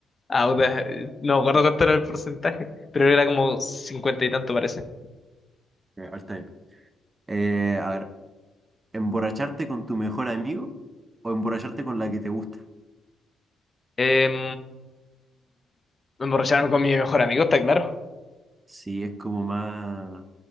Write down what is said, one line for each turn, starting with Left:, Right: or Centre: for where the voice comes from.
Left: Ah, puta, eh, no me acuerdo cuánto era el porcentaje, pero era como cincuenta y tanto parece.
Right: Ya, Está bien. Eh, a ver, ¿emborracharte con tu mejor amigo o emborracharte con la que te gusta?
Left: Em, emborracharme con mi mejor amigo, está claro.
Right: Sí, es como más,